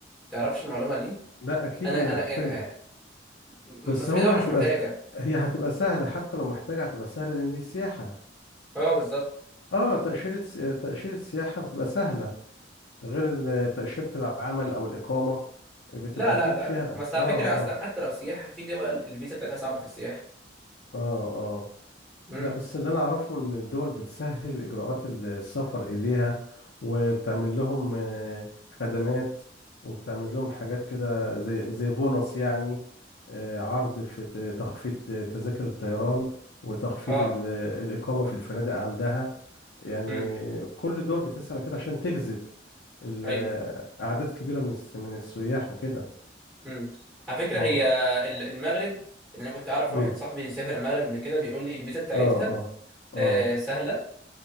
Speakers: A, in the centre; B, on the left.
A: تعرفش المعلومة دي
B: لا أكيد
A: انا
B: محتاجة
A: انا يعني آه، م-
B: بس
A: بس
B: هو
A: في دول
B: هتبقى
A: مش محتاجة
B: هي هتبقى سهلة حتى لو محتاجة هتبقى سهلة لأن دي سياحة
A: اه بالظبط
B: اه تأشيرة س- تأشيرة سياحة بتبقى سهلة غير ال- تأشيرة العمل أو الإقامة بتبقى
A: لا
B: أكيد
A: لا لا
B: فيها
A: لا بس على
B: اه
A: فكرة اصلا
B: اه
A: حتى لو سياحة في دول الفيزا بتاعتها صعبة في السياحة
B: اه آه.
A: مم.
B: لا بس اللي انا اعرفه ان الدول بتسهل اجراءات ال- السفر اليها وبتعمل لهم آه، خدمات وبتعمل لهم حاجات كده زي زي بونص يعني آه، عرض في ت- تخفيض تذاكر الطيران وتخفيض
A: اه
B: ال- الإقامة في الفنادق عندها يعني
A: مم.
B: كل الدول بتسعى كده عشان تجذب ال-
A: ايوه
B: أعداد كبيرة من الس- من السياح وكده
A: مم. على فكره
B: اه
A: هي ال- المغرب ان انا كنت اعرف
B: مم.
A: واحد صاحبي سافر المغرب قبل كده بيقول لي الفيزا بتاعتها
B: اه اه اه
A: آه سهله